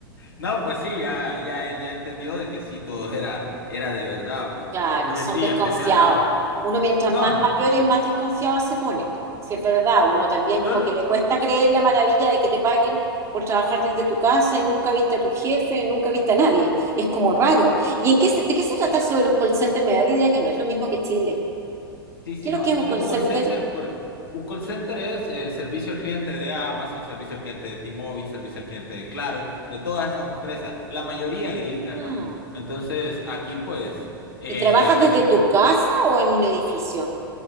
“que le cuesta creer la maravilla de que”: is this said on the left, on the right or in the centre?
Right